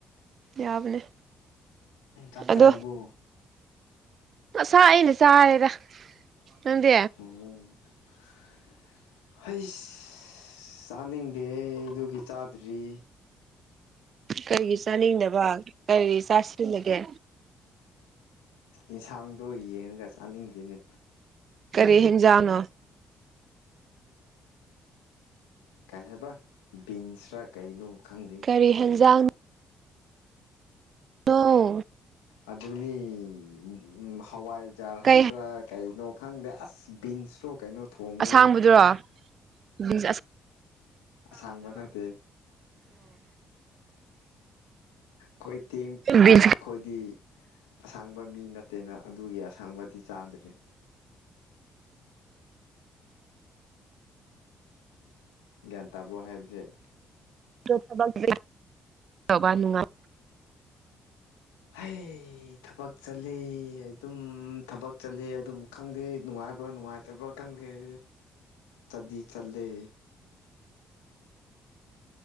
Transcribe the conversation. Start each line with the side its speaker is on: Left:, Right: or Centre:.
Right: ꯌꯥꯕꯅꯦ
Left: ꯆꯥꯛ
Right: ꯑꯗꯣ
Left: ꯆꯥꯔꯕꯣ
Right: ꯉꯁꯥꯏꯅ ꯆꯥꯔꯦꯗ ꯅꯪꯗꯤ
Left: <unintelligible> ꯍꯩꯁ ꯆꯥꯅꯤꯡꯗꯦ ꯑꯗꯨꯒꯤ ꯆꯥꯗ꯭ꯔꯤ
Right: ꯀꯩꯒꯤ ꯆꯥꯅꯤꯡꯗꯕ ꯀꯔꯤ ꯆꯥꯁꯤꯜꯂꯒꯦ
Left: ꯏꯟꯁꯥꯡꯗꯣ ꯌꯦꯡꯉꯒ ꯆꯥꯅꯤꯡꯗ‌ꯦꯅꯦ
Right: ꯀꯔꯤ ꯍꯦꯟꯖꯥꯡꯅꯣ
Left: ꯀꯥꯏ ꯍꯥꯏꯕ ꯕꯤꯟꯁ꯭ꯔꯥ ꯀꯩꯅꯣ ꯈꯪꯗꯦ
Right: ꯀ꯭ꯔꯤ ꯍꯦꯟꯖꯥꯡ <unintelligible>
Left: ꯑꯗꯨꯅꯤ ꯎꯝ ꯍꯋꯥꯏꯖꯥꯔ
Right: ꯀꯩ
Left: ꯍꯥꯏꯕ꯭ꯔꯥ ꯀꯩꯅꯣ ꯈꯪꯗꯦ ꯑꯁ ꯕꯤꯟꯁꯔꯣ ꯀꯩꯅꯣ ꯊꯣꯡꯉꯤ
Right: ꯑꯁꯥꯡꯕꯗꯨꯔꯣ ꯕꯤꯟꯁ ꯑꯁ
Left: ꯑꯁꯥꯡꯕ ꯅꯠꯇꯦ ꯈꯣꯏ ꯇꯦꯡ
Right: ꯕꯤꯟꯁ
Left: ꯈꯣꯏꯗꯤ ꯑꯁꯥꯡꯕ ꯃꯤ ꯅꯠꯇꯦꯅ ꯑꯗꯨꯒꯤ ꯑꯁꯥꯡꯕꯗꯤ ꯆꯥꯗ꯭ꯔꯦ ꯒ꯭ꯌꯥꯟ ꯇꯥꯕ꯭ꯔꯣ ꯍꯥꯏꯕꯁꯦ
Right: <unintelligible> ꯇꯧꯕ ꯅꯨꯉꯥꯏ
Left: ꯍꯩ ꯑꯩ ꯊꯕꯛ ꯆꯠꯂ‌ꯦ ꯑꯗꯨꯝ ꯊꯕꯛ ꯆꯠꯂ‌ꯦ ꯑꯗꯨꯝ ꯈꯪꯗꯦ ꯅꯨꯉꯥꯏꯕ꯭ꯔꯥ ꯅꯨꯉꯥꯏꯇꯕ꯭ꯔꯥ ꯇꯪꯗ‌ꯦ ꯆꯗꯤ ꯆꯂꯦ